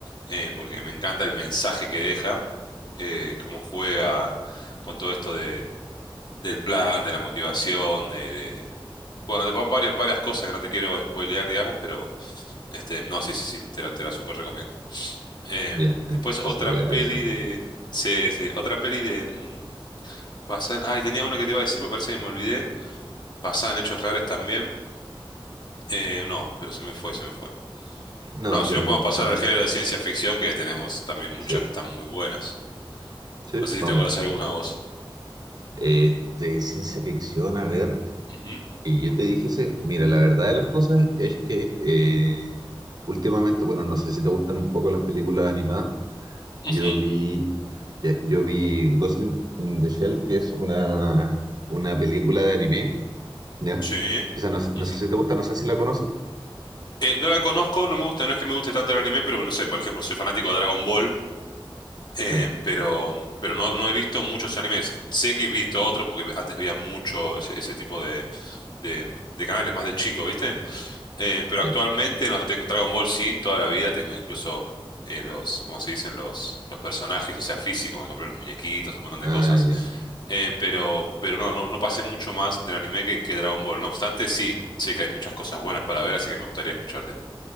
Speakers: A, on the left; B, on the right.
A: eh, porque me encanta el mensaje que deja, eh, cómo juega con todo esto de, del plan, de la motivación, de, de- de- bueno, de va- varias, varias cosas que no te quiero spoilear, digamos, pero este, no, sí, sí, sí, te la, te la súper recomiendo. Em,
B: Ya, entonces
A: después otra
B: lo voy
A: peli
B: a revisar.
A: de... Sí, sí, otra peli de... mm, Basada en... Ay, tenía una que te iba a decir, me parece que me olvidé. Basada en hechos reales también. Eh, no, pero se me fue, se me fue.
B: No,
A: No, si
B: pero
A: no podemos pasar
B: ah,
A: al género de ciencia ficción, que tenemos también muchas
B: sí,
A: que están muy buenas.
B: sí,
A: No sé
B: vamos.
A: si te acordás alguna voz
B: Eh, de ciencia ficción, a ver,
A: Ujú.
B: que yo te dije ese. Mira, la verdad de las cosas es que eh,
A: Mm.
B: últimamente, bueno, no sé si te gustan un poco las películas animadas.
A: Ujú.
B: Yo vi, ya, yo vi Ghost in, in the Shell, que es una, una película de anime, ¿ya?
A: Sí.
B: Esa no, sé no
A: Ujú.
B: sé si te gusta, no sé si la conoces.
A: Eh, no la conozco, no me gusta, no es que me guste tanto el anime, pero no sé, por ejemplo, soy fanático de Dragon Ball. Em,
B: Claro,
A: pero pero no, no he visto muchos animes. Sé que he visto otros porque antes veía mucho ese, ese tipo de, de, de canales, más de chico, ¿viste? Eh, pero
B: ya.
A: actualmente no tengo Dragon Ball, sí, toda la vida tengo incluso eh, los, ¿cómo se dicen? Los, los personajes, o sea, físicos, me compré los muñequitos, un montón de
B: Ah,
A: cosas.
B: ya.
A: Eh, pero, pero no, no, no pasé mucho más del anime que, que Dragon Ball. No obstante, sí, sé que hay muchas cosas buenas para ver, así que me gustaría escucharte.